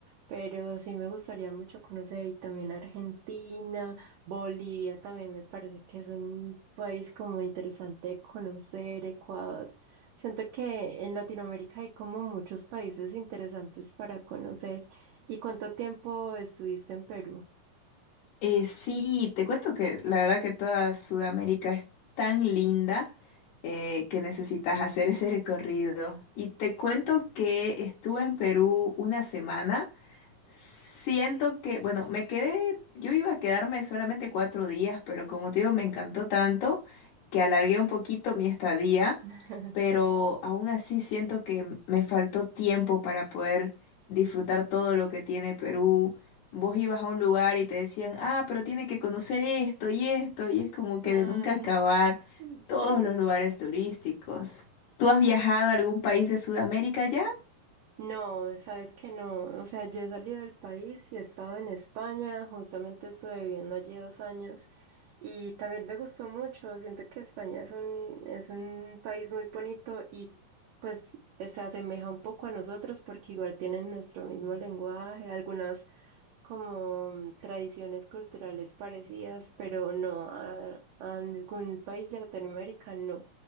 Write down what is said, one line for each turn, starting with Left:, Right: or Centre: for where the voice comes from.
Right: pero sí me gustaría mucho conocer y también Argentina, Bolivia también me parece que es un país como interesante de conocer, Ecuador. Siento que en Latinoamérica hay como muchos países interesantes para conocer. ¿Y cuánto tiempo estuviste en Perú?
Left: Eh, sí, te cuento que la verdad que toda Sudamérica es tan linda eh, que necesitas hacer ese recorrido. Y te cuento que estuve en Perú una semana. Siento que, bueno, me quedé, yo iba a quedarme solamente cuatro días, pero como te digo, me encantó tanto que alargué un poquito mi estadía,
Right: <laughs>
Left: pero aún así siento que me faltó tiempo para poder disfrutar todo lo que tiene Perú vos ibas a un lugar y te decían, ah, pero tiene que conocer esto y esto, y es como que
Right: Ay,
Left: de nunca acabar
Right: sí.
Left: todos los lugares turísticos. ¿Tú has viajado a algún país de Sudamérica ya?
Right: No, sabes que no. O sea, yo he salido del país y he estado en España. Justamente estuve viviendo allí dos años y también me gustó mucho. Siento que España es un, es un país muy bonito y pues eh, se asemeja un poco a nosotros porque igual tienen nuestro mismo lenguaje, algunas como mm, tradiciones culturales parecidas, pero no a, a algún país de Latinoamérica, no.